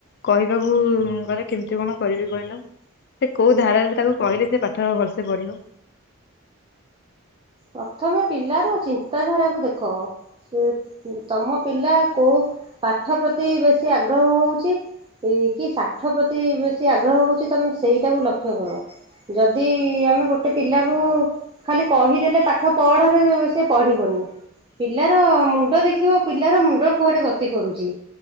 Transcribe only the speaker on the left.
କହିବାକୁ ଉମ୍ ଗଲେ କେମିତି କଣ କରିବି କହିଲ ସେ କୋଉ ଧାରାରେ ତାକୁ କହିଲେ ସେ ପାଠ ଭଲସେ ପଢିବ।